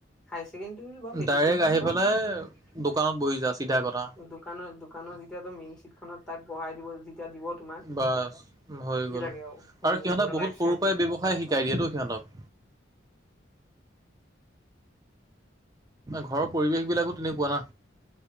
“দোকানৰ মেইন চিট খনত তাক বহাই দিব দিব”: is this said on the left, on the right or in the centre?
Centre